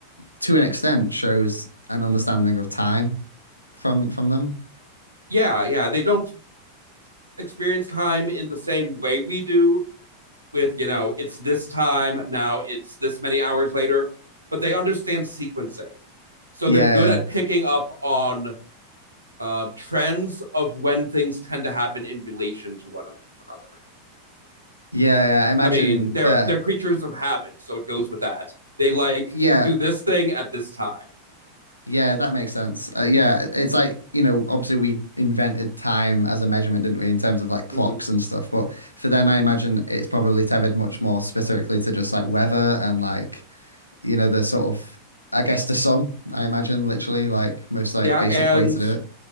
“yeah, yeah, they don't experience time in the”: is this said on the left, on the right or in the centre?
Right